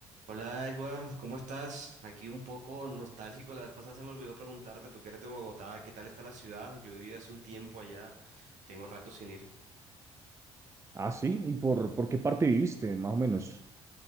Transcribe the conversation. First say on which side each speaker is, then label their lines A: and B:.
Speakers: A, on the right; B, on the right.
A: Hola Edward, ¿cómo estás? Aquí un poco nostálgico, la vez pasada se me olvidó preguntarte, tú que eres de Bogotá, ¿qué tal está la ciudad? Yo viví hace un tiempo allá, tengo rato sin ir.
B: Ah, sí. ¿Y por, por qué parte viviste, más o menos?